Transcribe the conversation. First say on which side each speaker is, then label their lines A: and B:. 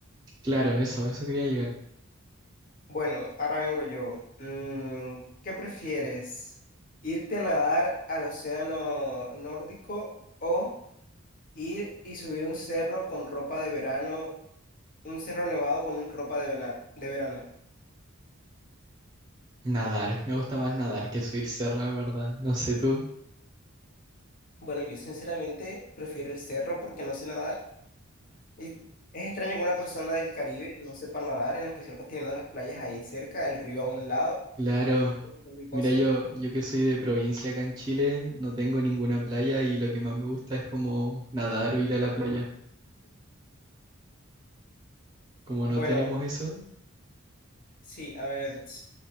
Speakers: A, on the right; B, on the left.
A: Claro, eso, eso quería llegar.
B: Bueno, ahora vengo yo. Mm, ¿qué prefieres? ¿Irte a nadar al océano nórdico o ir y subir un cerro con ropa de verano Un cerro nevado con un- ropa de venar- de verano.
A: Nadar, me gusta más nadar que subir cerro, en verdad. No sé tú.
B: Bueno, yo sinceramente prefiero el cerro porque no sé nadar. Y es extraño que una persona del Caribe no sepa nadar, en especial que teniendo las playas ahí cerca, el río a un lado,
A: Claro.
B: y un montón de cosas.
A: Mira, yo, yo que soy de provincia acá en Chile, no tengo ninguna playa y lo que más me gusta es como nadar o ir a la playa. Como
B: Bueno,
A: no tenemos eso.
B: sí, a ver, ts-